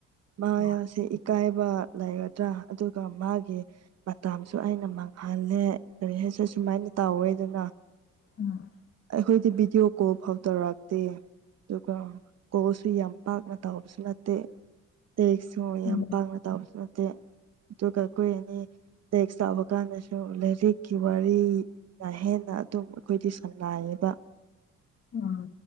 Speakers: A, on the right; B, on the left.
A: ꯃꯥ
B: ꯍꯣꯏ
A: ꯌꯥꯁꯦ ꯏꯀꯥꯏ ꯕꯥ ꯂꯩꯒꯗ꯭ꯔꯥ ꯑꯗꯨꯒ ꯃꯥꯒꯤ ꯃꯇꯥꯝꯁꯨ ꯑꯩꯅ ꯃꯥꯡꯍꯜꯂꯦ ꯀꯔꯤ ꯍꯥꯏꯁꯤ ꯁꯨꯃꯥꯏꯅ ꯇꯧꯋꯦ ꯑꯗꯨꯅꯥ
B: INAUDIBLE
A: ꯈꯣꯏꯗꯤ ꯕꯤꯗꯤꯑꯣ ꯀꯣꯜꯐꯥꯎ ꯇꯧꯔꯛ ꯇꯦ ꯑꯗꯨꯒ ꯀꯣꯜꯁꯨ ꯌꯥꯝ ꯄꯥꯛꯅ ꯇꯧꯔꯛꯄꯁꯨ ꯅꯠꯇꯦ ꯂꯥꯢꯔꯤꯛꯁꯨ
B: ꯎꯝ
A: ꯌꯥꯝ ꯄꯥꯛꯅ ꯇꯧꯕꯁꯨ ꯅꯠꯇꯦ ꯑꯗꯨꯒ ꯈꯣꯏ ꯑꯅꯤ ꯇꯦꯛꯁ ꯇꯧꯕ ꯀꯥꯟꯗꯁꯨ ꯂꯥꯏꯔꯤꯛꯀꯤ ꯋꯥꯔꯤꯅ ꯍꯦꯟꯅ ꯑꯗꯨꯝ ꯑꯩꯈꯣꯏꯗꯤ ꯁꯥꯟꯅꯩꯌꯦꯕ
B: INAUDIBLE